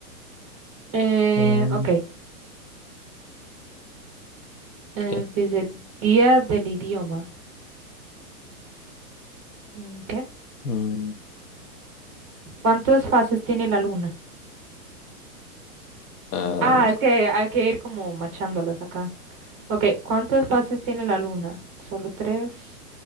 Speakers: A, on the right (about 20°); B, on the left (about 75°).
A: Eh,
B: Ah,
A: ok. eh,
B: Ok.
A: dice día del idioma. Mm, ¿Qué?
B: Mm,
A: ¿Cuántas fases tiene la luna?
B: ah,
A: Ah,
B: no
A: es que hay que ir como machándolas acá. Ok, ¿cuántas fases tiene la luna? Solo tres.